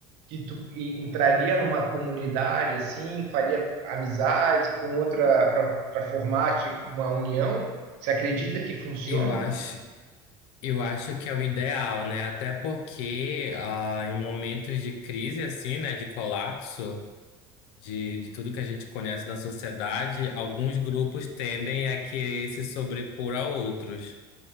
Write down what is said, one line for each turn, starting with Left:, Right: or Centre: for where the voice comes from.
Right: que tu e- entraria numa comunidade assim, faria amizade com outra para formar ti- uma união? Você acredita que funcione?
Left: Eu acho, eu acho que é o ideal, né? Até porque ah, em momentos de crise assim, né, de colapso, de, de tudo que a gente conhece na sociedade, alguns grupos tendem a querer se sobrepor a outros.